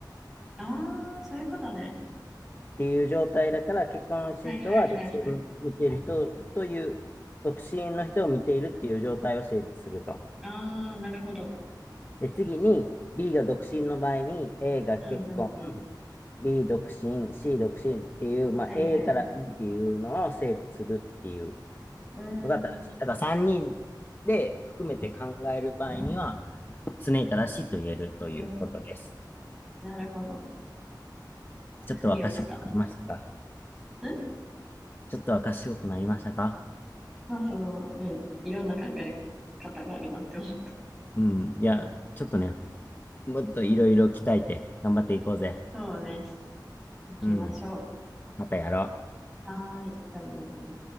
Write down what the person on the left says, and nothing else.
ていう状態だから、結婚してる人は独身を見ている人という、
独身の人を見ているっていう状態を成立すると。
で、次に B が独身の場合に A が結婚、
B 独身、C 独身っていう、まあ、
A から B っていうのを成立するっていう
のが正しい。だから3人で含めて考える場合には常に正しいと言えるということです。
ちょっとは賢くなりましたか
ちょっとは賢くなりましたか
うん。いや、ちょっとね、もっといろいろ鍛えて頑張っていこうぜ。
うん。またやろう。